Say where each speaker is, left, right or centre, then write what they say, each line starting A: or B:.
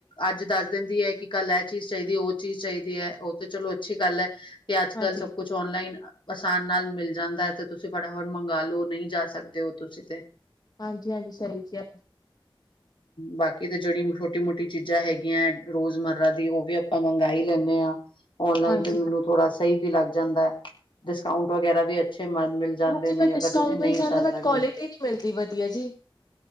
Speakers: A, on the left; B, on the left.
A: ਅੱਜ ਦੱਸ ਦਿੰਦੀ ਹੈ ਕਿ ਕੱਲ ਇਹ ਚੀਜ਼ ਚਾਹੀਦੀ ਹੈ। ਉਹ ਚੀਜ਼ ਚਾਹੀਦੀ ਹੈ ਉਹ ਤੇ ਚਲੋ ਅੱਛੀ ਗੱਲ ਹੈ ਕਿ ਅੱਜ
B: ਹਾਂਜੀ-ਹਾਂਜੀ,
A: ਕੱਲ ਸਭ ਕੁਛ ਔਨਲਾਈਨ। ਆਸਾਨ ਨਾਲ ਮਿਲ ਜਾਂਦਾ ਹੈ ਤੇ ਤੁਸੀਂ ਫਟਾਫਟ ਮੰਗ ਲਓ ਨਹੀਂ ਜਾ ਸਕਦੇ ਹੋ ਤੁਸੀਂ ਤੇ।
B: ਹਾਂਜੀ ਹਾਂਜੀ ਸਹੀ ਕਿਹਾ।
A: ਬਾਕੀ ਤੇ ਜਿਹੜੀ ਛੋਟੀ ਮੋਟੀ ਚੀਜ਼ਾਂ ਹੈਗੀਆਂ ਰੋਜ਼ ਮਰਰਾ ਦੀ ਉਹ ਵੀ ਆਪਾਂ ਮੰਗ। ਲ ਹੀ ਲੈਂਦੇ ਆ ਓਨਲਾਈਨ
B: ਹਾਂਜੀ।
A: ਤੇ ਮੈਨੂੰ ਥੋੜਾ ਸਹੀ ਵੀ ਲੱਗ ਜਾਂਦਾ ਹੈ। ਡਿਸਕਾਊਂਟ ਵਗੈਰਾ ਵੀ ਅੱਛੇ ਮਿਲ ਜਾਂਦੇ
B: ਹਾਂਜੀ
A: ਨੇ
B: ਬਟ
A: ਅਗਰ
B: ਡਿਸਕਾਊਂਟ
A: ਤੁਸੀਂ ਨਹੀਂ
B: ਮਿਲ ਜਾਂਦਾ
A: ਜਾ
B: ਬਟ
A: ਸਕਦੇ।
B: ਕੁਆਲਿਟੀ ਨਹੀਂ ਮਿਲਦੀ ਵਧੀਆ ਜੀ